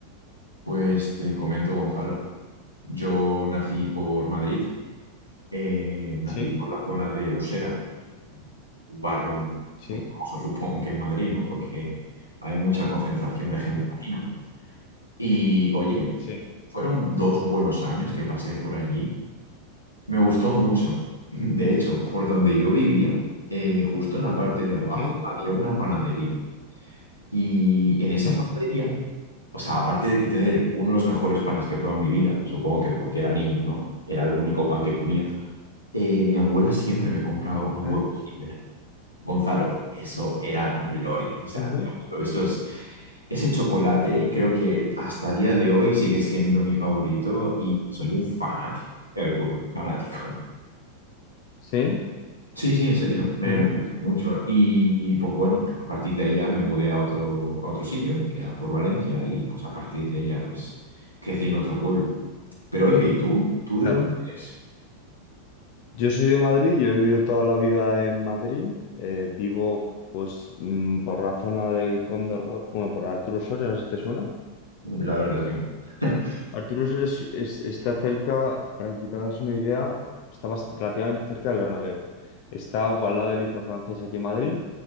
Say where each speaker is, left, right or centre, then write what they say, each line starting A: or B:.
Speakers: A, on the left; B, on the left.
A: Pues te comento, Gonzalo. Yo nací por Madrid, eh, nací
B: Sí,
A: por la zona de Usera, un barrio
B: sí,
A: muy famoso, supongo que en Madrid, ¿no? Porque hay mucha concentración de gente
B: ujú,
A: latina. Y oye,
B: sí,
A: fueron dos buenos años que pasé por allí. Me gustó mucho. De hecho, por donde yo vivía, eh, justo en la parte de abajo
B: mm,
A: había una panadería. Y en esa
B: sí,
A: panadería, o sea, aparte de que tener uno de los mejores panes que he probado en mi vida, supongo que porque era niño, ¿no? Era el único pan que comía. eh, mi abuela siempre me compraba unos
B: mm.
A: huevos Kinder. Gonzalo, eso era gloria. O sea,
B: Ujú.
A: te lo juro, eso es... Ese chocolate creo que hasta día de hoy sigue siendo mi favorito y soy un fanático, te lo juro, un fanático.
B: Sí,
A: Sí, sí, en serio, me,
B: ujú,
A: me gustó mucho. Y, pues bueno, a partir de ella me mudé a otro, a otro sitio, que era por Valencia, y pues a partir de ella pues crecí en otro pueblo. Pero oye, ¿y tú? ¿Tú
B: Claro.
A: de dónde eres?
B: Yo soy de Madrid, yo he vivido toda la vida en Madrid. eh, vivo, pues, mm, por la zona de Cóndor, bueno, por Arturo Soria, no sé si te suena.
A: La verdad que no. <laughs>
B: Arturo Soria es- es- está cerca, para que te hagas una idea, está bas- relativamente cerca del Bernabéu. Está al lado del Liceo Francés aquí en Madrid.